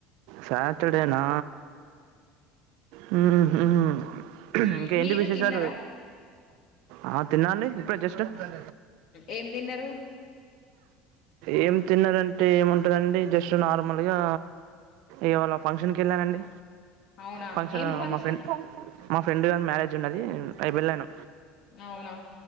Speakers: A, on the right (about 70°); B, on the left (about 65°).
A: సాటర్డేనా హు హ్మ్
B: మ్
A: ఇంకేంటి
B: మీరు
A: విశేషాలు
B: తిన్నారా
A: ఆ తిన్నాండి ఇప్పుడే జస్ట్ స్ట్
B: ఏం తిన్నారు
A: ఏం తిన్నారంటే ఏముంటదండి జస్ట్ నార్మల్గా ఇవాళ ఫంక్షన్కి వెళ్ళానండి
B: అవునా
A: ఫంక్షన్
B: ఏం ఫంక్షన్
A: మా ఫ్రెం మా ఫ్రెండ్ కానీ మ్యారేజ్ జున్నది అడ్క్ వెళ్ళాను
B: అవునా